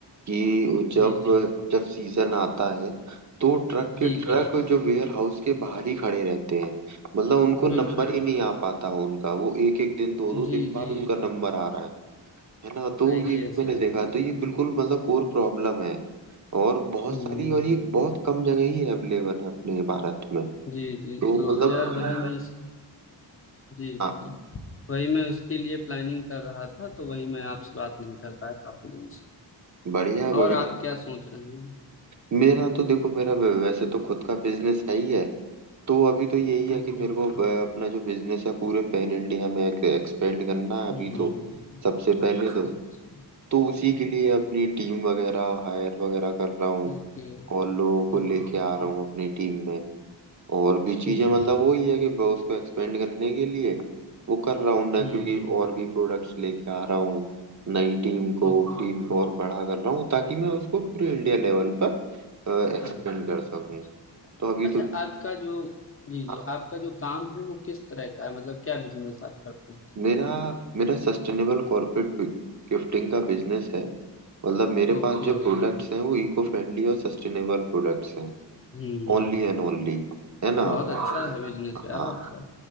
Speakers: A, on the right; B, on the left.
A: कि जब
B: जी जी
A: जब सीजन आता है तो ट्रक के
B: जी
A: ट्रक
B: जी
A: जो वेयर हाउस के बाहर ही खड़े रहते हैं मतलब उनको नंबर
B: बिल्कुल बिल्कुल
A: ही नहीं आ पाता उनका वो एक एक दिन दो दो
B: जी
A: दिन
B: जी
A: बाद उनका नंबर आ रहा है है ना तो
B: सही
A: ये
B: है
A: मैंने
B: सही
A: देखा
B: है
A: तो ये बिल्कुल मतलब कोर प्रॉब्लम है और बहुत
B: हम्म
A: सारी और ये बहुत कम जगह ही अवेलेबल है अपने भारत में
B: जी जी
A: तो
B: तो
A: मतलब
B: यार वही मैं इस जी
A: हाँ
B: जी, वही मैं उसके लिए प्लानिंग कर रहा था तो वही मैं आपसे बात नहीं कर पाया काफी दिन से
A: बढ़िया है बढ़िया
B: और आप क्या सोच रहे हैं
A: मेरा तो देखो मेरा वै- वैसे तो खुद का बिजनेस है ही है तो अभी तो यही है
B: Okay
A: कि मेरे
B: okay
A: को अ, अपना जो बिजनेस है पूरे पैन इंडिया में एक्सपेंड करना है
B: हम्म
A: अभी तो सबसे पहले
B: अच्छा
A: तो
B: अच्छा
A: तो उसी के लिए अपनी टीम वगैरह हायर वगैरह कर रहा हूँ
B: Okay
A: और लोगों को
B: okay
A: लेके
B: okay
A: आ रहा हूँ अपनी टीम में और भी चीजें
B: Hmm
A: मतलब वही है कि मैं उसको एक्सपेंड करने के लिए वो कर रहा हूँ ना
B: hmm
A: क्योंकि और भी प्रोडक्ट्स लेके आ रहा हूँ नई टीम को
B: Okay
A: टीम
B: okay
A: को और बड़ा कर रहा हूँ ताकि मैं उसको पूरे इंडिया लेवल पर एक्सपेंड
B: अच्छा
A: कर
B: अच्छा
A: सकूँ
B: अच्छा
A: तो अभी
B: अच्छा
A: तो
B: आपका जो जी जी
A: हाँ,
B: आपका जो काम है वो किस तरह का है मतलब क्या बिजनेस आप करते हैं
A: मेरा मेरा सस्टेनेबल कॉर्पोरेट गिफ्टिंग का बिजनेस है मतलब मेरे
B: Okay
A: पास जो
B: okay
A: प्रोडक्ट्स हैं वो इको फ्रेंडली और सस्टेनेबल प्रोडक्ट्स हैं
B: हम्म
A: ओनली एंड ओनली है ना
B: बहुत अच्छा है बिजनेस
A: हाँ
B: यार आपका